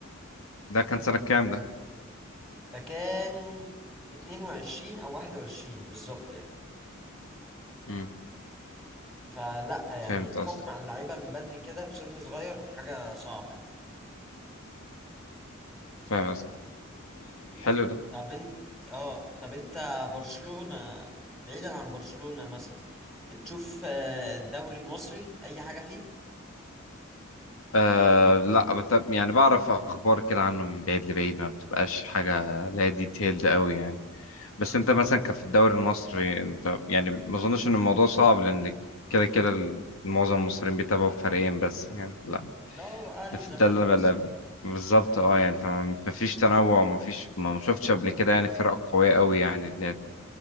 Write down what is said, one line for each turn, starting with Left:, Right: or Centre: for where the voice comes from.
Left: ده كان سنة كام ده؟
Centre: ده كان 22 او 21 بالظبط يعني
Left: مم.
Centre: فلا يعني
Left: فهمت
Centre: الحكم
Left: قصدي
Centre: على اللعيبه من بدري كده في سن صغير حاجه صعبه يعني
Left: فاهم قصدي حلو ده
Centre: طب انت اه طب انت برشلونه بعيدا عن برشلونه مثلا بتشوف آه، الدوري المصري اي حاجه فيه؟
Left: أه لا بت- يعني بعرف اخبار كده عنه من بعيد لبعيد ما بتبقاش حاجه لا ديتيلد قوي يعني بس انت مثلا كفي الدوري المصري انت يعني ما اظنش ان الموضوع صعب لان كده كده ال- معظم المصريين بيتابعوا فريقين بس يعني لا
Centre: اه واهلي
Left: ده
Centre: وزمالك
Left: في ده اللي بلا-
Centre: بس
Left: بالظبط اه يعني فما ما فيش تنوع ما فيش ما ما شفتش قبل كده يعني فرق قوية قوي يعني اللي هي